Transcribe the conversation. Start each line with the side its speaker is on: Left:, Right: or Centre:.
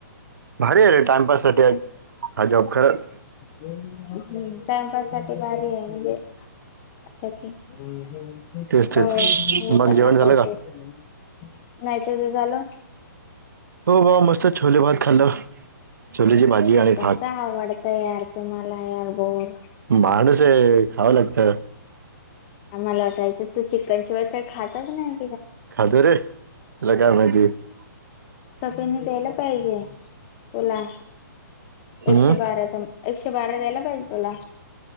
Right: भर अरे टाइमपाससाठीठी हज खरं
Left: हम्म टाइमपास साठी भारी आहे म्हणजे अस की हो
Right: तेच तेच
Left: हे
Right: मग
Left: पण
Right: जेवण
Left: नकोते
Right: झालं का
Left: नाही तुझं झालं
Right: हो भा मस्त छोले बहत खाल्ल छोले ज भाजी आणि
Left: कस
Right: भाक
Left: आवडत यार तुम्हाला यार बोर
Right: माणस खावं लागत
Left: मला वाटायचं तू चिकनशिवाय काही खातात नाही
Right: खाज रे तुला काय माहिती
Left: सफईने द्यायला पाहिजे तुला
Right: हम्म
Left: एकशे बाराचा एकशे बारा द्यायला पाहिजे तुला